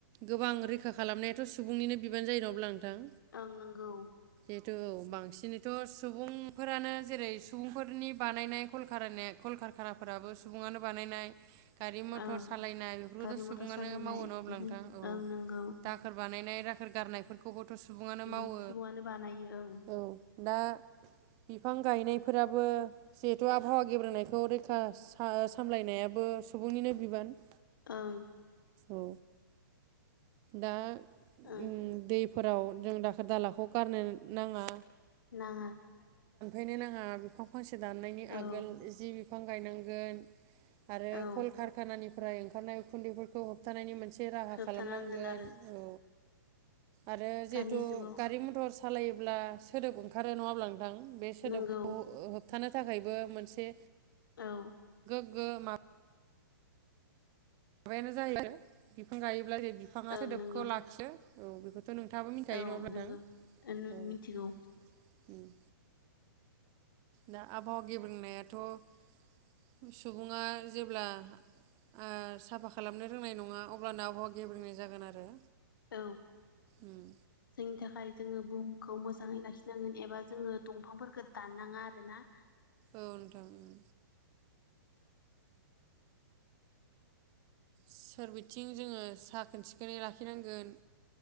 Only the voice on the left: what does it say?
आं नंगौ
ओं
गारि
मथर सालायनाय
बेफोर
ओं नंगौ
बे सुबुङानो बानायो ओं
ओं
ओं
नाङा
औ
औ
होबथानांगोन
आरो
दानि जुगाव
नंगौ
औ
ओं
नंगौ
औ
नंगौ
नों
मिथिगौ
औ
जोंनि थाखाय जोङो बुहुमखौ मोजाङै लाखिनांगोन एबा जोङो दंफांफोरखौ दाननाङा आरोना